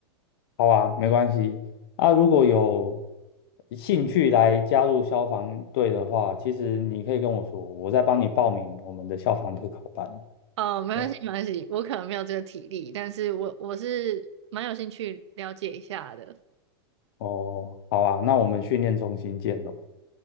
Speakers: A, on the left (about 60°); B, on the right (about 85°).
A: 好啊，没关系。啊，如果有兴趣来加入消防队的话，其实你可以跟我说，我再帮你报名我们的消防特考班。
B: 哦，没关系，
A: 对啊，
B: 没关系，我可能没有这个体力，但是我我是蛮有兴趣了解一下的。
A: 哦，好啊，那我们训练中心见喽，